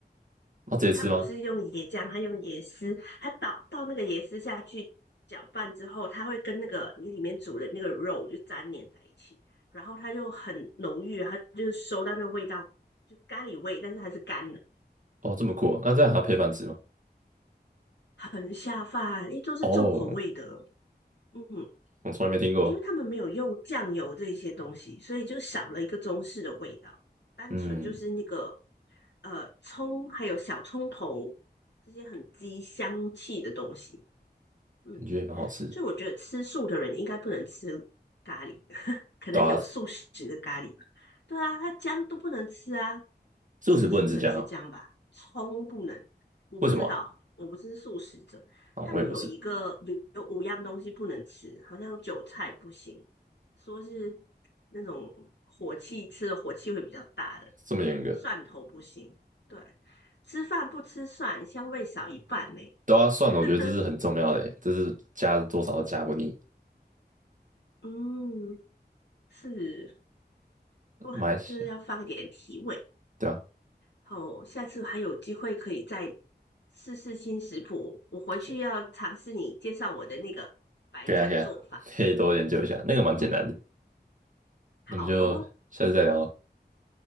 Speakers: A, on the right (about 45°); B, on the left (about 80°).
A: 那直接吃吗？
B: 它不是用椰浆，它用椰丝，它倒倒那个椰丝下去搅拌之后，它会跟那个你里面煮的那个肉就粘连在一起，然后它就很浓郁，它就是收到那个味道，就咖喱味，但是它是干的，
A: 哦，这么酷哦那这样还要配饭吃吗？
B: 嗯很下饭，因为都是重口味的，
A: 哦，
B: 嗯，
A: 我从来没听过。
B: 因为他们没有用酱油这些东西，所以就少了一个中式的味道，单纯就是那个
A: 嗯，
B: 呃葱还有小葱头这些很激香气的东西，嗯。
A: 感觉也蛮好吃的。
B: 所以我觉得吃素的人应该不能吃咖喱，<laughs> 可能有素食的咖喱。
A: 对啊，
B: 对啊，他姜都不能吃啊，
A: 素食不能吃姜啊？
B: 吃素可能吃姜吧，葱不能。我不知道，
A: 为什么啊？
B: 我不是素食者。
A: 哦，
B: 他们有一个有五样东西不能吃，
A: 我也不是
B: 好像韭菜不行，说是那种火气吃的火气会比较大的，
A: 这么严格，
B: 蒜头不行。对，吃饭不吃蒜，香味少一半呢。
A: 都要算了。
B: <laughs>
A: 我觉得这是很重要的耶，这是加多少加不腻。
B: 嗯，是。哇，
A: 马来西亚，
B: 就是要放一点提味。
A: 对啊，
B: 好，下次还有机会可以再试试新食谱。我回去要尝试你介绍我的那个白酱做法。
A: 可以啊，可以啊，<laughs> 可以多研究一下，那个蛮简单的。
B: 嗯，好哦，
A: 那我们就下次再聊了，